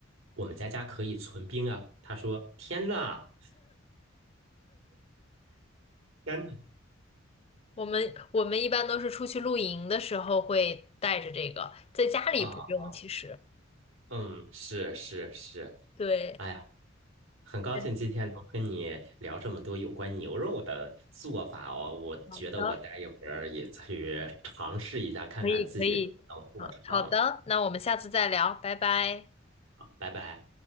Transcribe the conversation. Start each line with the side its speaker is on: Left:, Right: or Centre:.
Right: “我们在家可以存冰啊。”他说：“天呐！”甘甜
Left: 我们我们一般都是出去露营的时候会带着这个，在家里不用，
Right: 啊啊，
Left: 其实。
Right: 嗯，是是是，
Left: 对，
Right: 哎呀，很高兴今天能跟你聊这么多有关牛肉的做法哦。
Left: 对，
Right: 我觉得我待一会儿也去尝试一下，
Left: 好的，
Right: 看看自己能不能做成。
Left: 可以可以，好好的，那我们下次再聊，拜拜。
Right: 拜拜。